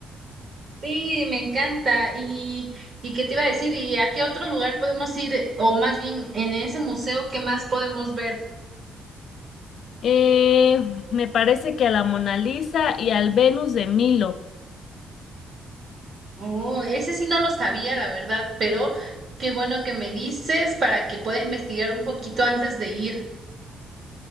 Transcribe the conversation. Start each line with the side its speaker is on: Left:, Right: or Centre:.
Right: Sí, me encanta. Y y qué te iba a decir, ¿y a qué otro lugar podemos ir o más bien en ese museo qué más podemos ver?
Left: Eh, me parece que a la Mona Lisa y al Venus de Milo.
Right: Oh, ese sí no lo sabía, la verdad, pero qué bueno que me dices para que pueda investigar un poquito antes de ir.